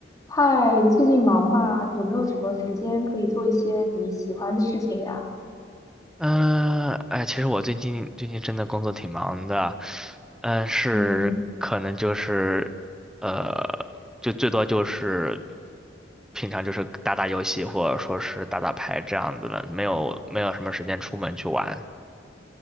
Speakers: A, on the left; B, in the centre.
A: 嗨，最近忙吗？有没有什么时间可以做一些你喜欢的事情呀？
B: 嗯，哎，其实我最近最近真的工作挺忙的，嗯，是可能就是，
A: 嗯，
B: 呃，就最多就是平常就是打打游戏或者说是打打牌这样子的，没有没有什么时间出门去玩。